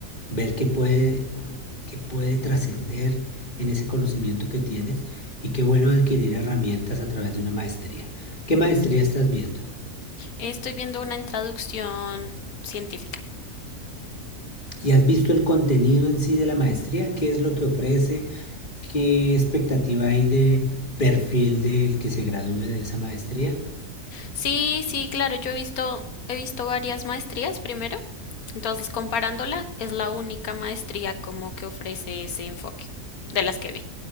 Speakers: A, on the left (about 35°); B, on the left (about 80°).
A: ver qué puede, qué puede trascender en ese conocimiento que tienes y qué bueno adquirir herramientas a través de una maestría. ¿Qué maestría estás viendo?
B: Estoy viendo una introducción científica.
A: ¿Y has visto el contenido en sí de la maestría? ¿Qué es lo que ofrece? ¿Qué expectativa hay de perfil del que se gradúe de esa maestría?
B: Sí, sí, claro, yo he visto, he visto varias maestrías primero Entonces, comparándola, es la única maestría como que ofrece ese enfoque de las que vi.